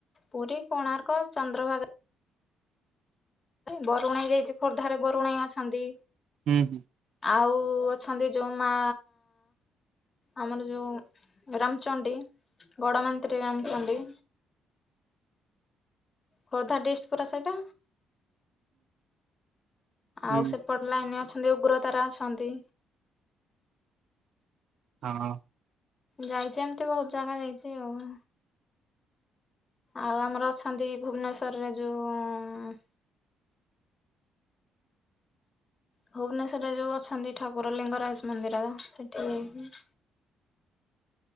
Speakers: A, on the left; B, on the right.
A: ପୁରୀ କୋଣାର୍କ ଚନ୍ଦ୍ରଭାଗା। ବରୁଣେଇ ଯାଇଚି। ଖୋର୍ଦ୍ଧାରେ ବରୁଣେଇ ଅଛନ୍ତି।
B: ହୁଁ ହୁଁ।
A: ଆଉ ଅଛନ୍ତି ଯୋଉ ମା ଆମର ଯଉଁ ରାମଚଣ୍ଡୀ ବଡ଼ ମାନ୍ତ୍ରୀ ରାମଚଣ୍ଡୀ। ଖୋର୍ଦ୍ଧା ଡିଷ୍ଟ ପରା ସେଇଟା
B: ହୁଁ
A: ଆଉ ସେପ ଲାଇନ ଅଛନ୍ତି, ଉଗ୍ରତାରା ଅଛନ୍ତି।
B: ହଁ ହଁ।
A: ଯାଉଚି ଏମତି ବହୁତ ଜାଗା ଯାଇଚି ଆଉ। ଆଉ ଆମର ଅଛନ୍ତି ଭୁବନେଶ୍ୱରରେ ଯୋଉ ଭୁବନେଶ୍ୱରରେ ଯୋଉ ଅଛନ୍ତି ଠାକୁର ଲିଙ୍ଗରାଜ ମନ୍ଦିର ସେଠିକି ଯାଇଚି।